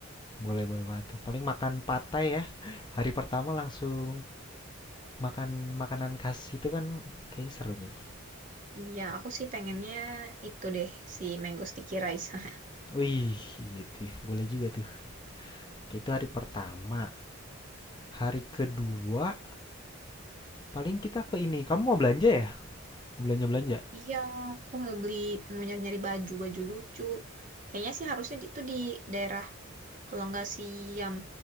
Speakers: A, on the left; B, on the right.
A: boleh boleh banget tuh. Paling makan patai ya. Hari pertama langsung makan makanan khas itu kan kayaknya seru nih.
B: Iya, aku sih pengennya itu deh si Mango Sticky Rice. <laughs>
A: Wih, iya tuh, boleh juga tuh. Oke, Itu hari pertama. Hari kedua paling kita ke ini. Kamu mau belanja ya? Mau belanja-belanja?
B: Iya, aku mau beli mau nyari-nyari baju baju lucu. Kayaknya sih harusnya itu di daerah kalau nggak Siam